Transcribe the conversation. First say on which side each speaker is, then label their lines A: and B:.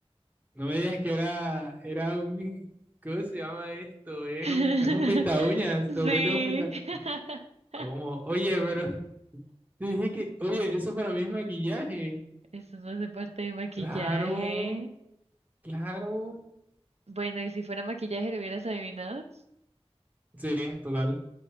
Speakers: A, on the right; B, on the right.
A: No me digas que era, era un, ¿cómo se llama esto? Es
B: <laughs>
A: un, es un penta uñas,
B: Sí.
A: tu objeto es un penta.
B: <laughs>
A: ¿Cómo? Oye, pero <laughs> te dije que, oye, eso para mí es maquillaje.
B: Eso no hace parte de maquillaje.
A: Claro, claro.
B: Bueno, ¿y si fuera maquillaje lo hubieras adivinado?
A: Sí, total.